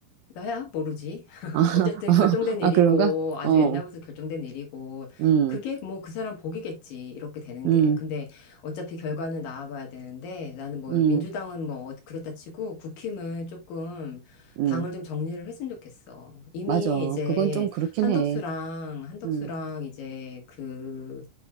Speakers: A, on the left; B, on the right.
A: 나야 모르지. <laughs>
B: <laughs>
A: 어쨌든
B: 아,
A: 결정된
B: 아,
A: 일이고
B: 그런가?
A: 아주
B: 어,
A: 옛날부터 결정된 일이고
B: 음,
A: 그게 뭐 그 사람 복이겠지 이렇게 되는
B: 음,
A: 게. 근데 어차피 결과는 나와봐야 되는데 나는 뭐
B: 음,
A: 민주당은 뭐 어- 그랬다 치고 국힘은 조금
B: 음,
A: 당을 좀 정리를 했으면 좋겠어. 이미
B: 맞아.
A: 이제
B: 그건 좀 그렇긴
A: 한덕수랑
B: 해.
A: 한덕수랑
B: 음,
A: 이제 그